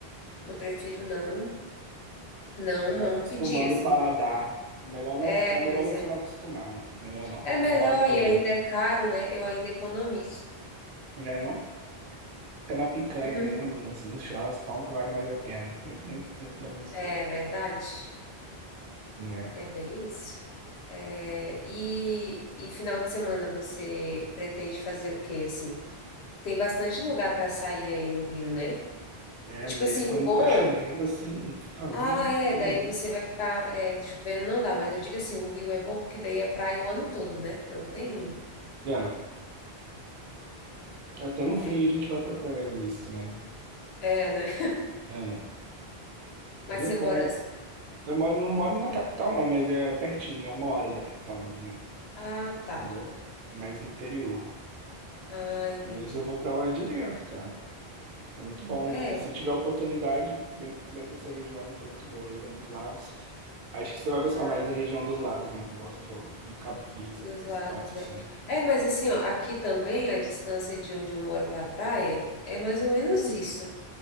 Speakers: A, on the left (about 80°); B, on the right (about 60°).
A: Eu prefiro não, não,
B: é, vai
A: não
B: acostumando
A: pedir assim.
B: o paladar. Melhor não,
A: É,
B: é melhor
A: pois
B: você
A: é.
B: não acostumar, não. Melhor não.
A: É melhor
B: É um hábito
A: e
B: ruim.
A: ainda é caro, né? Eu ainda economizo.
B: Né, não? Fica na picanha
A: Uhum.
B: mesmo, nos, nos churrascos, só um que vale mais a pena. Muito mais, muito mais gostoso.
A: É verdade.
B: É.
A: É bem isso. É, e, e final de semana você pretende fazer o quê, assim? Tem bastante lugar para sair aí no Rio, né?
B: É,
A: E tipo
B: mas
A: assim,
B: quando
A: o bom.
B: tá chovendo assim, fica ruim,
A: Ah, é,
B: todo
A: daí
B: mundo.
A: você vai ficar é, chovendo, não dá, mas eu digo assim, o Rio é bom porque daí é praia o ano todo, né? Não tem.
B: É, até no frio
A: É,
B: a gente vai pra praia às vezes também.
A: é, né? <laughs>
B: É,
A: Mas
B: mas é
A: você
B: bom.
A: mora,
B: Eu moro, não moro na capital não, mas é pertinho, é uma hora da capital mais ou menos,
A: Ah, tá.
B: entendeu?
A: Aham, entendi.
B: É mais no interior.
A: Ah, entendi.
B: Mas eu vou pra lá direto, cara. É muito bom.
A: É,
B: Se tiver oportunidade, vem, vem pra essa região aqui, é muito boa, região dos lagos. Acho que você vai gostar
A: ah,
B: mais da região dos lagos mesmo, igual você falou, de Cabo Frio, essa,
A: dos lagos,
B: essa parte
A: né?
B: assim.
A: É, mas assim, ó, aqui também a distância de onde eu moro para a praia é mais ou menos isso.